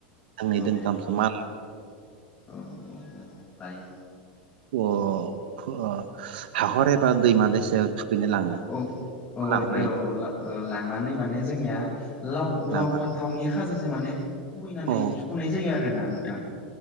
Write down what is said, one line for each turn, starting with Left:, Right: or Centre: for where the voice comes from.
Right: दोंनै
Left: औ
Right: दोंथामसो माल
Left: औ औ औ औ लायो
Right: अ अ हाखर एबा दैमा दैसायाव थुखैनो लाङो
Left: औ औ
Right: लांफायो
Left: दे औ ला ओ लांनानै माने जोंनिया लाव
Right: लाङो
Left: लाव फान्थावनि खाजजों माने खुबैनानै
Right: औ
Left: सुखनाय जायो आरोना नोंथां